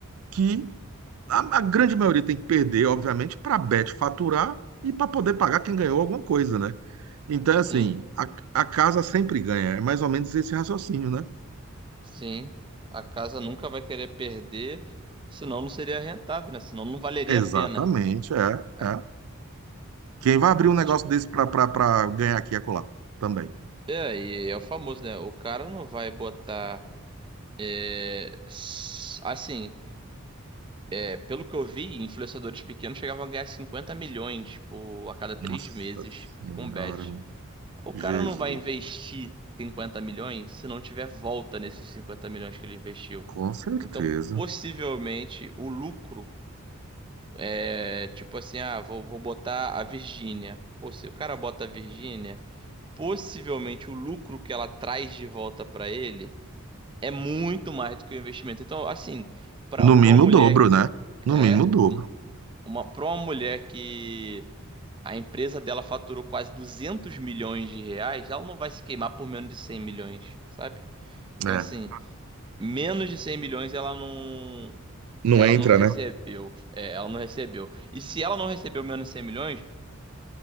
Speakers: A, on the right (about 80°); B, on the right (about 20°).
A: que a, a grande maioria tem que perder, obviamente, para a Bet faturar e para poder pagar quem ganhou alguma coisa, né? Então, assim,
B: Sim.
A: a, a casa sempre ganha. É mais ou menos esse raciocínio, né?
B: Sim, a casa nunca vai querer perder, senão não seria rentável, né? Senão não valeria
A: Exatamente,
B: a pena.
A: é,
B: É,
A: é. Quem vai abrir um negócio
B: Tipo,
A: desse pra pra- pra ganhar aqui e acolá? Também.
B: é, e é o famoso, né? O cara não vai botar. é, s- assim, é, pelo que eu vi, influenciadores pequenos chegavam a ganhar 50 milhões, tipo, a cada três
A: Nossa
B: meses
A: Senhora,
B: com bet. O
A: Jesus.
B: cara não vai investir 50 milhões se não tiver volta nesses 50 milhões que ele investiu.
A: Com certeza.
B: Então, possivelmente, o lucro. É, tipo assim, ah, vou, vou botar a Virgínia. Pô, se o cara bota a Virgínia, possivelmente o lucro que ela traz de volta pra ele é muito mais do que o investimento. Então, assim, pra
A: No
B: para
A: mínimo
B: uma
A: o
B: mulher
A: dobro, né? No
B: é
A: mínimo o dobro.
B: uma para uma mulher que a empresa dela faturou quase 200 milhões de reais, ela não vai se queimar por menos de 100 milhões, sabe? Então,
A: É.
B: assim, menos de 100 milhões ela não
A: Não
B: ela
A: entra,
B: não recebeu.
A: né?
B: É, ela não recebeu. E se ela não recebeu menos de 100 milhões